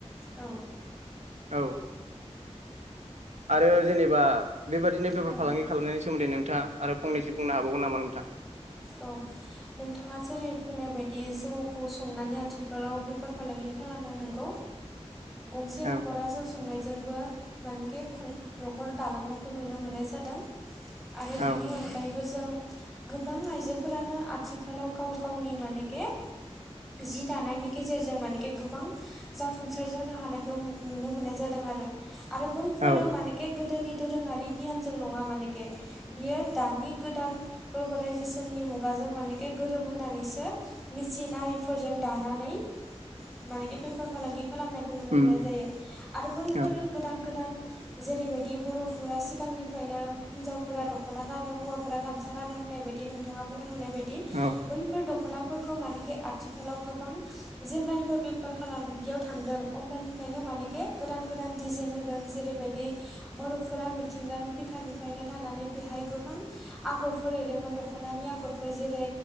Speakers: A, in the centre; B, on the right.
A: औ
B: औ आरो जेनेबा बेबादिनो बेफार
A: औ
B: फालांगि खालामनायनि सोमोन्दै नोंथाङा आरो फंनैसो बुंनो हाबावगोन नामा नोंथां
A: औ नोंथाङा जेरै बुंनाय बायदि जौखौ संनानै आथिखालाव बेफार फालांगि खालामो नों नोंगौ। गंसे न'खरा
B: औ
A: जौ संनायजोंबो मानेखि न'खर दालांनाय नुनो मोननाय जादों आरो बिनि
B: औ
A: अनायैबो जों गो गोबां आइजोफोरानो आथिखालाव गाव गावनि मानेके जि दानायनि गेजेरजों मानखि गोबां जाफुंसार जानो हानायखौ नुनो मोननाय जादों। आरो बैफोर
B: औ
A: मानेकि गोदोनि दोरोङारि गियान जों नङा मानेके बियो दानि गोदान ग्लबेलाइजेसननि मुगा मानेखे गोरोब होनानैसो मेसिन आरिफोरजों दानानै मानेखे बेफार फालांगि खालामनायखौ नुनो
B: उम
A: मोननाय जायो आरो बैफोरो
B: औ
A: गोदान गोदान जेरै बायदि बर' फोरा सिगांनिफ्रायनो हिन्जावफोरा दख'ना गानो हौवाफोरा गामसा गानो होननाय बायदि नोंथाङा बुंलांनाय बायदि
B: औ
A: बैफोर दख'नाफोरखौ मानेखे आथिखालाव गोबां जेब्लानि बेफार फालांगियाव थांदों अब्लानिफ्रायनो मानेके गोदान गोदान दिजाइन होदों जेरैबायदि बर' फोरा मिथिंगानि बिखानिफ्रायनो थानानै बेहाय गोबां आगरफोर एरोमोन दख'नानि आगरफोर। जेरै